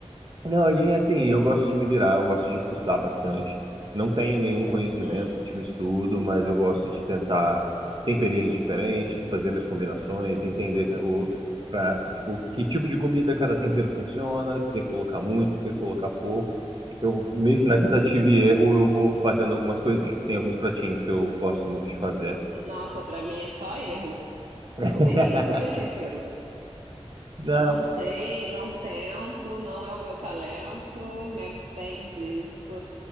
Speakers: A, on the right; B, on the right.
A: Não, e assim, eu gosto de me virar, eu gosto de fuçar bastante. Não tenho nenhum conhecimento,
B: Hum.
A: nenhum estudo, mas eu gosto de tentar temperinhos diferentes, fazer minhas combinações, entender ca- o, pra, tipo, que tipo de comida cada tempero funciona, se tem que colocar muito, se tem que colocar pouco. Eu meio que na tentativa e erro eu vou fazendo algumas coisinhas. Tem alguns pratinhos que eu gosto muito de fazer.
B: Nossa, pra mim é só erro.
A: <laughs>
B: Não sei nem escolher tempero.
A: Não,
B: Não sei, não tento, não é o meu talento, me abstenho disso.